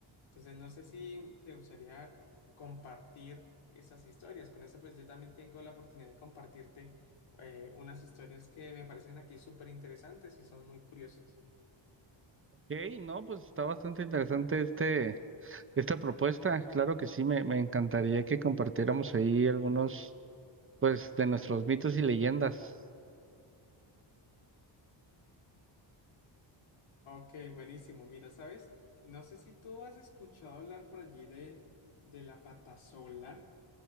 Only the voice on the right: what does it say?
Ok, no, pues está bastante interesante este, esta propuesta. Claro que sí, me, me encantaría que compartiéramos ahí algunos, pues, de nuestros mitos y leyendas.